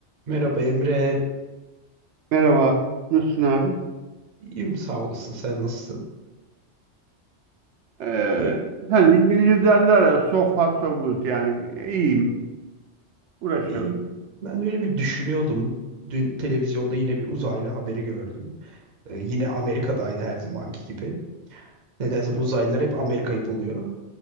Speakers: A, on the right; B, on the right.
A: Merhaba Emre.
B: Merhaba. Nasılsın abi?
A: İyiyim sağ olasın. Sen nasılsın?
B: Ee,
A: Böyle
B: hani İngilizce derler ya so far so good yani iyiyim. Uğraşıyorum.
A: iyiyim. Ben de öyle bir düşünüyordum. Dün televizyonda yine bir uzaylı haberi gördüm. Ee, yine Amerika'daydı her zamanki gibi. Nedense bu uzaylılar hep Amerika'yı buluyor.